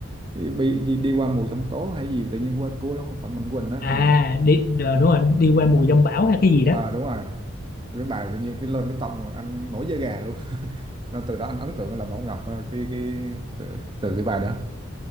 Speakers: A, on the right (about 25°); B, on the left (about 45°).
A: cái bị đi, đi qua mùa giông tố hay gì tự nhiên quên của Phạm Mạnh Quỳnh á
B: à
A: mà
B: đi đờ, đúng rồi đi qua mùa giông bão hay cái gì đó
A: à đúng rồi cái bài tự nhiên cái lên cái tông rồi anh nổi da gà luôn nên từ đó anh ấn tượng là Bảo Ngọc ờ, cái cái từ, từ cái bài đó